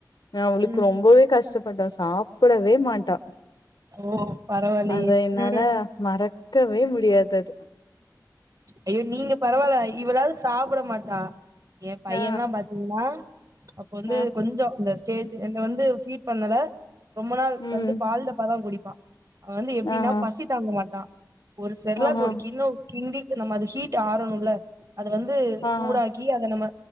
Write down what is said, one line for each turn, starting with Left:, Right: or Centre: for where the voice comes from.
Left: நான் அவளுக்கு
Right: ம்
Left: ரொம்பவே கஷ்டப்பட்டன் சாப்பிடவே மாட்டா
Right: ஓ பரவாயில்லயே
Left: அத என்னால
Right: ம்
Left: மறக்கவே மு <unintelligible>
Right: ஐயோ நீங்க பரவாயில்ல இவளாவது சாப்பிட மாட் டா என் பையன்லா
Left: ஆ
Right: பாத்தீங்கன்னா ச்சு அப்ப வந்து
Left: ஆ
Right: கொஞ்சோ இந்த ஸ்டேஜ் என்ன வந்து ஃபீட் பண்ணல ரொம்ப நாள்
Left: ம்
Right: வந்து பால் டப்பா தான் குடி ப்பா அவன் வந்து எப்படின்னா
Left: ஆஹா
Right: பசி தாங்க மாட்டான் ஒரு செர்லாக்
Left: ஆஹா
Right: ஒரு ஒ கிண்டி நம்ம அது ஹீட் ஆரணும்ல அது வந்து
Left: ஆஹா
Right: சூடாக்கி அத நம்ம